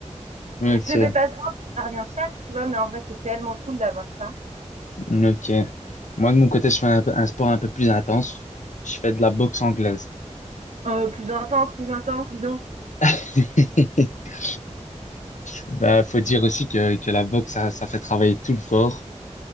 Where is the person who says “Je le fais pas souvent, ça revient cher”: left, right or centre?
Right